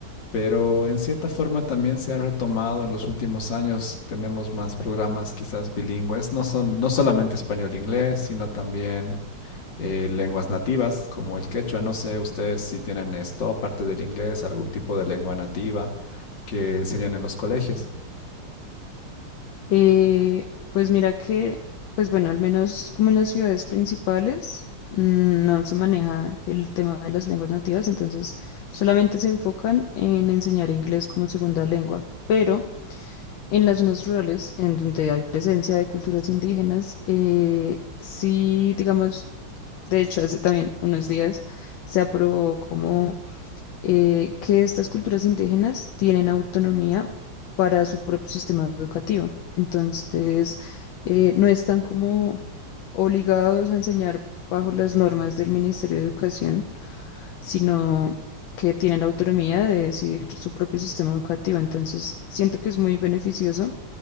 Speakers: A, on the left (about 55°); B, on the left (about 70°).
A: Pero en cierta forma también se ha retomado en los últimos años. Tenemos más programas quizás bilingües, no son, no solamente español-inglés, sino también eh, lenguas nativas como el quechua. No sé ustedes si tienen esto, aparte del inglés, algún tipo de lengua nativa que enseñan en los colegios.
B: Eh, pues mira que, pues bueno, al menos como en las ciudades principales, mm, no se maneja el tema de las lenguas nativas, entonces solamente se enfocan en enseñar inglés como segunda lengua, pero en las zonas rurales, en donde hay presencia de culturas indígenas, eh, sí, digamos, de hecho, hace también unos días se aprobó como eh, que estas culturas indígenas tienen autonomía para su propio sistema educativo. Entonces, eh, no están como obligados a enseñar bajo las normas del Ministerio de Educación, sino que tienen autonomía de decidir su propio sistema educativo. Entonces, siento que es muy beneficioso